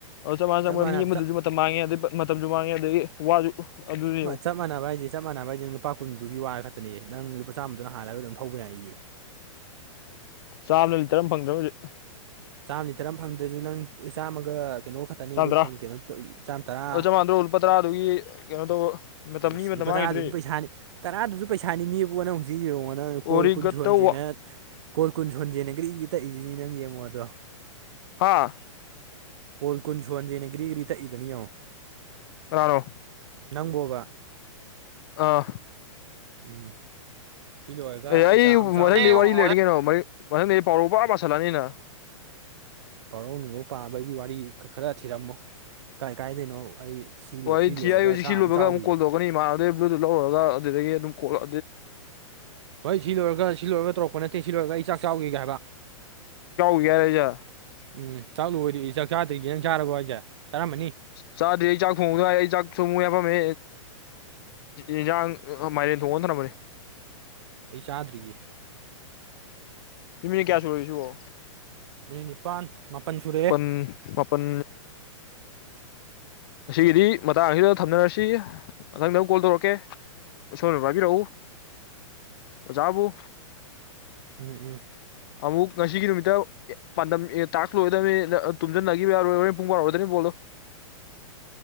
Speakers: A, on the left (about 45°); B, on the right (about 55°).
A: ꯑꯗꯨ ꯆꯞ ꯃꯥꯟꯅ ꯆꯪꯕ
B: ꯃꯥꯟꯅꯕ
A: ꯃꯤ ꯑꯃꯗꯁꯨ
B: ꯆꯞ
A: ꯃꯇꯝ ꯃꯥꯡꯉꯦ ꯑꯗꯒꯤ ꯃꯇꯝꯁꯨ ꯃꯥꯡꯉꯦ ꯑꯗꯒꯤ ꯋꯥꯁꯨ ꯑꯗꯨꯗꯤ ꯌꯦꯡꯉꯨ
B: ꯆ ꯃꯥꯟꯅꯕ ꯍꯥꯏꯁꯦ ꯆꯞ ꯃꯥꯟꯅꯕ ꯍꯥꯏꯁꯦ ꯂꯨꯄꯥ ꯀꯨꯟꯗꯨꯒꯤ ꯋꯥꯔ ꯈꯛꯇꯅꯦꯌꯦ ꯅꯪ ꯂꯨꯄꯥ ꯆꯥꯝꯃꯗꯨꯅ ꯍꯥꯜꯂꯒ ꯑꯗꯨꯝ ꯊꯧꯕ ꯌꯥꯏ ꯑꯩꯒꯤ
A: ꯆꯥꯝꯃꯗ ꯂꯤ ꯇꯔꯥ ꯑꯃ ꯐꯪꯗ꯭ꯔꯕ ꯍꯧꯖꯤ
B: ꯆꯥꯝꯃꯗꯤ ꯇꯔꯥꯝ ꯐꯪꯗ꯭ꯔꯁꯨ ꯅꯪ ꯆꯥꯝꯃꯒ ꯀꯩꯅꯣ ꯈꯛꯇꯅꯤ
A: ꯁꯥꯟꯗ꯭ꯔꯥ
B: ꯑꯗꯨ ꯐꯪ ꯀꯩꯅꯣ ꯆꯥꯝꯃ ꯇꯔꯥ
A: ꯑꯣ ꯆꯃꯥꯟꯗ꯭ꯔꯣ ꯎꯜ ꯄꯇ꯭ꯔꯥ ꯑꯗꯨꯒꯤ ꯀꯩꯅꯣ ꯇꯧꯕ ꯃꯇꯝ
B: ꯑꯦ
A: ꯃꯤ ꯃꯇꯝ
B: ꯂꯨꯄꯥ
A: ꯃꯥꯡꯈꯤꯗ꯭ꯔꯦ
B: ꯇꯔꯥꯗꯨꯁꯨ ꯄꯩꯁꯥꯅꯤ ꯇꯔꯥꯗꯨꯁꯨ ꯄꯩꯁꯥꯅꯤ ꯅꯅꯤꯕꯣꯣꯟꯅ ꯍꯧꯖꯤꯛ ꯌꯦꯡꯉꯅ
A: ꯑꯣꯔꯤꯒꯇꯧ
B: ꯀꯣꯜ ꯀꯨꯟ ꯁꯨꯍꯟꯁꯦꯅ ꯀꯣꯜ ꯀꯨꯟ ꯁꯣꯟꯖꯦꯅ ꯀꯔꯤꯒꯤ ꯇꯛꯏꯁꯤꯅꯤ ꯅꯪ ꯌꯦꯡꯉꯣ ꯑꯗꯣ
A: ꯍꯥꯥ
B: ꯀꯣꯜ ꯀꯨꯟꯁꯨꯨꯍꯟꯖꯦꯅꯦ ꯒ꯭ꯔꯤꯒ꯭ꯔꯤ ꯇꯛꯏꯗꯅꯤ ꯌꯦꯉꯣ
A: ꯔꯅꯣ
B: ꯅꯪꯕꯣꯕ
A: ꯑꯥ
B: ꯎꯝ ꯁꯤ ꯂꯣꯏꯔꯒ
A: ꯌꯥꯏ
B: ꯑꯩ ꯆꯥꯛ ꯑꯃ ꯆꯥꯎꯈꯤꯒꯦ
A: ꯃ ꯦꯋꯥ ꯂꯩꯅꯤꯡꯒꯦ ꯅ ꯃꯊꯪꯗꯤ ꯄꯥꯎꯔꯧ ꯄꯨꯔꯥ ꯃꯥꯁꯜꯂꯅꯤꯅ
B: ꯄꯥꯎꯔꯧ ꯅꯨꯡꯉꯧ ꯄꯥꯕꯒꯤ ꯋꯥꯔꯤ ꯈꯔ ꯊꯤꯔꯝꯃꯣ ꯀꯥꯏ ꯀꯥꯏꯗꯅꯣ ꯑꯩ ꯁꯤ ꯂꯣꯏ
A: ꯍꯣꯏ ꯑꯩ
B: ꯁꯤ ꯂꯣꯏꯔꯒ
A: ꯊꯤ ꯌꯥꯏ ꯍꯧꯖꯤꯛ
B: ꯆꯥꯛ
A: ꯁꯤ
B: ꯑꯃ
A: ꯂꯣꯏꯕꯒꯨꯛ
B: ꯆꯥꯎꯈꯤꯒꯦ
A: ꯀꯜ ꯇꯧꯔꯛꯀꯅꯤꯃꯥꯟ ꯑꯗꯨꯗꯩ ꯕ꯭ꯂꯨꯗꯨꯨꯠ ꯂꯧꯔꯒ ꯔ ꯑꯗꯨ ꯀꯣꯔ
B: ꯍꯣꯏ ꯁꯤ ꯂꯣꯏꯔꯒ ꯁꯤ ꯂꯣꯏꯔꯒ ꯇꯧꯔꯛꯄ ꯅꯠꯇꯦ ꯁꯤ ꯂꯣꯏꯔꯒ ꯑꯩ ꯆꯥꯛ ꯆꯥꯎꯒꯒꯦ ꯍꯥꯏꯕ
A: ꯒꯔꯦꯖꯥ
B: ꯎꯝ ꯆꯥꯛ ꯂꯣꯏꯔꯤ ꯑꯩ ꯆꯥꯛ ꯆꯥꯗ꯭ꯔꯤꯒꯦꯅ ꯆꯥꯔꯕꯣ ꯍꯥꯏꯁꯦ ꯆꯥꯔꯝꯃꯅꯤ
A: ꯆꯔ ꯑꯗꯨ ꯆꯥꯛ ꯐꯣꯡ ꯑꯩ ꯆꯥꯛ ꯁꯨꯝ ꯃꯨ ꯌꯥꯐꯝꯃꯦ ꯏꯟꯁꯥꯡ ꯃꯥꯏꯔꯦꯟ ꯊꯣꯡꯅ ꯊꯔꯝꯕꯅꯤ
B: ꯑꯩ ꯆꯥꯗ꯭ꯔꯤꯒꯦ
A: ꯍꯃꯤ ꯀꯌꯥꯁꯨꯋꯁꯨꯨ
B: ꯃꯤꯅꯤꯠ ꯅꯤꯄꯥꯟ ꯃꯥꯄꯟ ꯁꯨꯔꯛꯑꯦ
A: ꯄꯟꯄꯟ ꯑꯁꯤꯒꯤꯗꯤ ꯃꯇꯥꯡ ꯑꯁꯤꯗ ꯊꯝꯅꯔꯁꯤ ꯃꯊꯪꯗꯪꯨꯛ ꯀꯣꯜ ꯇꯧꯔꯛꯀꯦ ꯑꯣꯁꯕꯥꯕꯤ ꯔꯎ ꯑꯣꯖꯥꯕꯎ
B: ꯎꯝ ꯎꯝ
A: ꯑꯃꯨꯛ ꯉꯁꯤꯒꯤꯂꯣꯃꯤꯇ ꯄꯥꯟꯗꯝ ꯇꯥꯛꯂꯣꯏꯗꯕꯅꯤ ꯇꯨꯝꯁꯤꯟꯅꯈꯤꯕ ꯌꯥꯔꯣꯏ ꯍ ꯄꯨꯡ ꯄꯥꯔꯣꯏꯗꯕꯅꯤ ꯄꯣꯜꯂꯣ <inaudible>